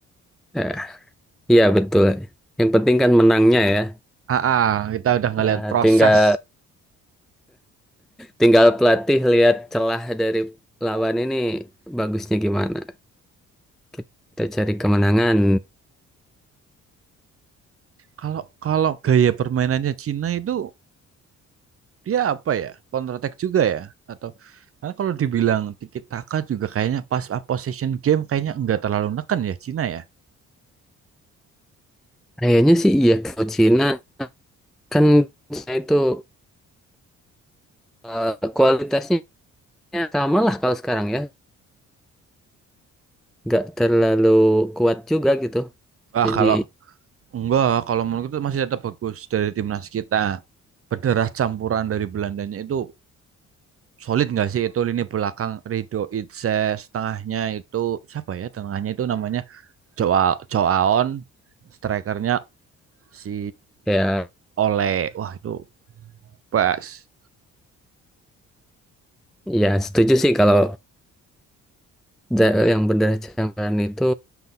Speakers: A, in the centre; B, on the right (about 50°).
A: eh, iya betul yang penting kan menangnya ya
B: Ah, ah, kita udah ngeliat
A: ya
B: proses.
A: tinggal tinggal pelatih lihat celah dari lawan ini bagusnya gimana kita cari kemenangan
B: Kalau kalau gaya permainannya Cina itu dia apa ya? Counter attack juga ya? Atau karena kalau dibilang tiki taka juga kayaknya pas ah, possession game kayaknya nggak terlalu neken ya Cina ya.
A: kayaknya sih iya kalau Cina kan Cina itu eh, kualitasnya sama lah kalau sekarang ya nggak terlalu kuat juga gitu.
B: Wah,
A: Jadi
B: kalau enggak, kalau menurut itu masih tetap bagus dari timnas kita. Berderah campuran dari Belandanya itu solid nggak sih itu lini belakang Rido Itse, setengahnya itu siapa ya? Tengahnya itu namanya Joao Joaon strikernya si
A: ya
B: Ole wah itu bas
A: ya setuju sih kalau Ja- yang berdarah campuran itu